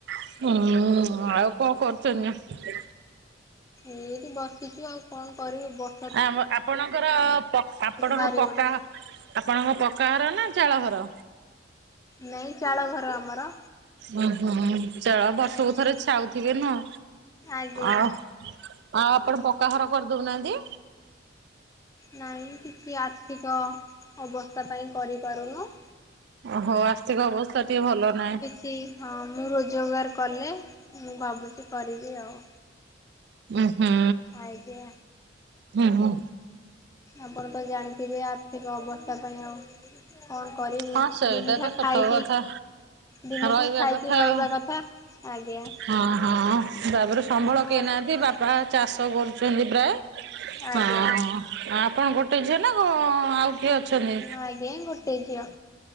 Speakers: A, on the right; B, on the left.
A: ହୁଁ ଆଉ କଣ କରୁଚନ୍ତି?
B: ଏଇଠି ବସିଛୁ ଆଉ କଣ କରିବି ବ
A: ଆ ଆମ ଆପଣଙ୍କର ପକ୍ ଆପଣଙ୍କର
B: ବାହାରି
A: ପକ୍କା
B: ହଉନି।
A: ଆପଣଙ୍କ ପକ୍କା ଘର ନା ଚାଳ ଘର?
B: ନାଇଁ ଚାଳ ଘର ଆମର।
A: ଉଁ ହୁ ଚାଳ ବର୍ଷକୁ
B: ଆଜ୍ଞା
A: ଥରେ ଛାଉଥିବେ ନୁହଁ
B: ଆଜ୍ଞା।
A: ଆଉ। ଆଉ ଆପଣ ପକ୍କାଘର କରିଦଉନାହାନ୍ତି।
B: ନାଇଁ କିଛି ଆର୍ଥିକ ଅବସ୍ଥା ପାଇଁ କରିପାରୁନୁ।
A: ଓହୋ ଆସ୍ଥିକ ଅବସ୍ଥା ଟିକେ ଭଲ ନାହିଁ।
B: ଟି ହଁ ମୁଁ ରୋଜଗାର କଲେ ମୁଁ ଭାବୁଛି କରିବି ଆଉ।
A: ଉ ହୁଁ।
B: ଆଇଡିଆ।
A: ହୁଁ ହୁଁ।
B: ଆପଣ ତ ଜାଣିଥିବେ ଆର୍ଥିକ ଅବସ୍ଥା ପାଇଁ ଆଉ କଣ କରିବୁ
A: ହଁ ସେଇଟା
B: ଦିମୁଠା
A: ତ ସତ
B: ଖାଇକି
A: କଥା
B: ଦିମୁଠା
A: ରହିବା
B: ଖାଇକି
A: କଥା
B: ରହିବା
A: ଆଉ।
B: କଥା ଆଜ୍ଞା।
A: ହଁ ହଁ ତାପରେ ସମ୍ବଳ
B: ଅ
A: କେହିନାହାନ୍ତି
B: ଆଜ୍ଞା
A: ବାପା ଚାଷ କରୁଚନ୍ତି ପ୍ରାୟ
B: ଆଜ୍ଞା।
A: ହଁ ଆପ ଣ ଗୋଟେ ଝିଅ ନା କ ଆଉ କିଏ ଅଛନ୍ତି?
B: ଆଜ୍ଞା ଗୋ ଟେ ଝିଅ